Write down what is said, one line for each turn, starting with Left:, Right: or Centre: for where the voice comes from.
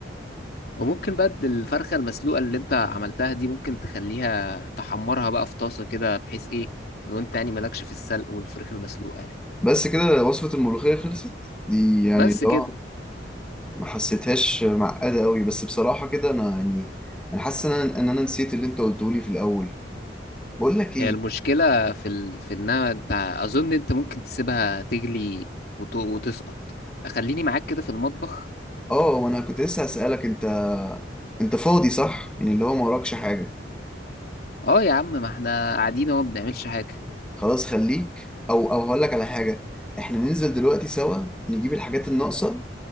Left: وممكن بقى الفرخة المسلوقة اللي انت عملتها دي ممكن تخليها تحمرها بقى في طاسة كده بحيث ايه لو انت يعني مالكش في السلق والفراخ المسلوقة يعني
Centre: بس كده وصفة الملوخية خلصت دي يعني
Left: بس
Centre: لا
Left: كده
Centre: ما حسيتهاش معقدة قوي بس بصراحة كده انا يعني انا حاسس ان انا ان انا نسيت اللي انت قلته لي في الاول بقول لك
Left: هي
Centre: ايه
Left: المشكلة في ال... في انها انت اظن انت ممكن تسيبها تغلي وت... وتسقط خليني معاك كده في المطبخ
Centre: اه وانا كنت لسه هسألك انت انت فاضي صح يعني اللي هو ما وراكش حاجة
Left: اه يا عم ما احنا قاعدين اهو ما بنعملش حاجة
Centre: خلاص خليك او او هقول لك على حاجة احنا ننزل دلوقتي سوا نجيب الحاجات الناقصة